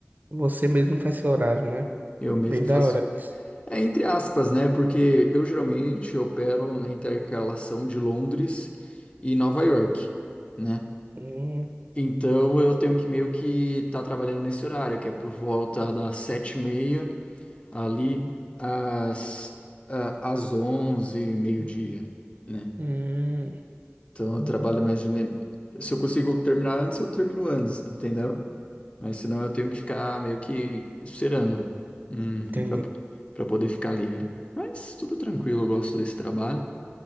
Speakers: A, on the right (about 45°); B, on the left (about 30°).
A: Você mesmo faz seu horário, né?
B: Eu mesmo
A: Bem
B: faço.
A: da hora isso.
B: É entre aspas, né? Porque eu geralmente opero na intercalação de Londres e Nova York, né?
A: Hum,
B: Então eu tenho que meio que estar trabalhando nesse horário, que é por volta das sete e meia ali às, a- às 11, meio-dia, né?
A: hum,
B: Então eu trabalho mais ou menos. Se eu consigo terminar antes, eu termino antes, entendeu? Mas senão eu tenho que ficar meio que esperando, uhum,
A: Entendi.
B: para para poder ficar livre. Mas tudo tranquilo, eu gosto desse trabalho,